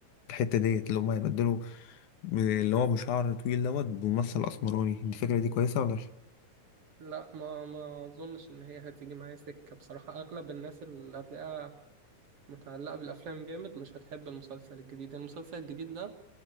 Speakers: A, on the left; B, on the right.
A: الحتة ديت اللي هما هيبدلوا ب- اللي هو بشعر طويل دوت بممثل أسمراني الفكرة دي كويسة ولا ش-
B: لا ما ما اظنش ان هي هتيجي معايا سكه بصراحه اغلب الناس اللي هتلاقيها متعلقه بالافلام جامد مش هتحب المسلسل الجديد المسلسل الجديد ده